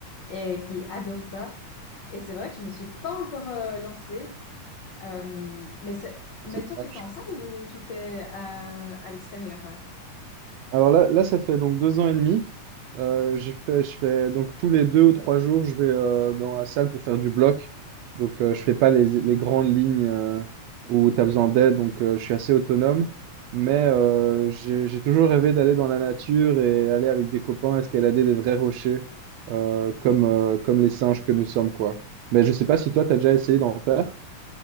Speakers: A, on the left; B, on the right.
A: et qui adorent ça. Et c'est vrai que je me suis pas encore euh, lancée. Euh, mais, c'est-
B: Ah,
A: mais
B: c'est
A: toi tu
B: dommage.
A: fais en salle ou tu fais euh, à l'extérieur?
B: Alors là, là, ça fait donc deux ans et demi. Euh, j'ai fait, je fais donc tous les deux ou trois jours, je vais euh, dans la salle pour faire du bloc. Donc euh, je fais pas les, les grandes lignes euh, où tu as besoin d'aide, donc euh, je suis assez autonome. Mais euh, j'ai, j'ai toujours rêvé d'aller dans la nature et aller avec des copains escalader des vrais rochers euh, comme, euh, comme les singes que nous sommes, quoi. Mais je sais pas si toi, tu as déjà essayé d'en faire.